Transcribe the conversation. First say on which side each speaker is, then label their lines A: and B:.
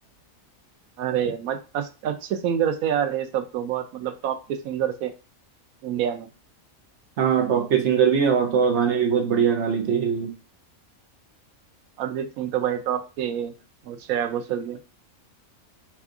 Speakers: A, on the right (about 85°); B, on the right (about 60°).
A: अरे मत अस- अच्छे सिंगर से यार ये सब तो बहुत मतलब टॉप के सिंगर से इंडिया में
B: हाँ टॉप के सिंगर भी है और तो और गाने भी बहुत बढ़िया गा लेते हैं
A: अरिजीत सिंह तो भाई टॉप के हैं, और श्रेया घोषाल भी